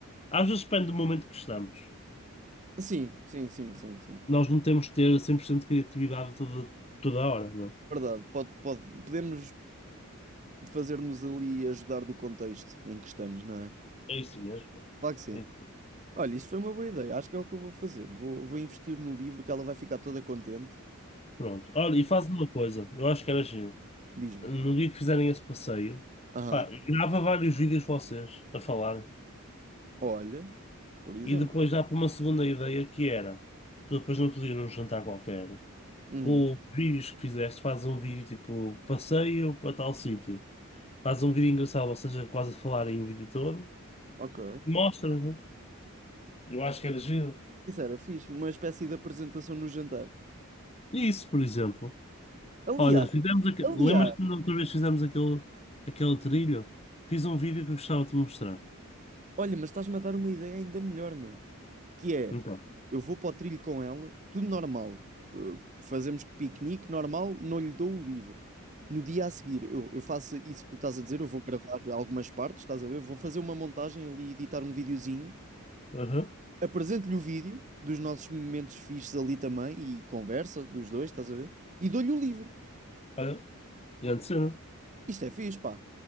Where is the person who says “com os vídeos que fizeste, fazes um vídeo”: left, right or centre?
Left